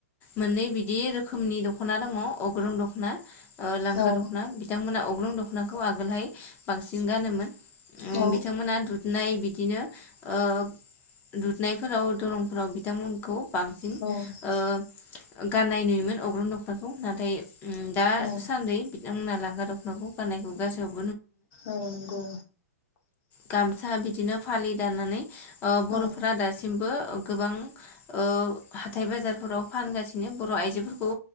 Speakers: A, on the left; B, on the left.
A: मोननै बिदि रोखोमनि दख'ना दङ अग्रं दख'ना, ओ लांगा
B: औ
A: दख'ना बिथांमोना अग्रं दख'नाखौ आगोलहाय बांसिन गानोमोन। उम
B: औ
A: बिथांमोना दुद नाय बिदिनो ओ दुुदनायफोराव दरंफोराव बिथांमोनखौ बांसिन
B: औ
A: ओ गाननाय नुयोमोन अग्रं दख'नाखौ नाथाय उम दा
B: औ
A: सान्दै बुंना लांगा दख'नाखौ गाननायखौ गासोब
B: औ नंगौ।
A: गामसा बिदिनो फालि दानानै ओ बर'फोरा
B: औ
A: दासिमबो गोबां ओ हाथाय बाजारफोराव फानगासिनो। बर' आइजोफोरखौ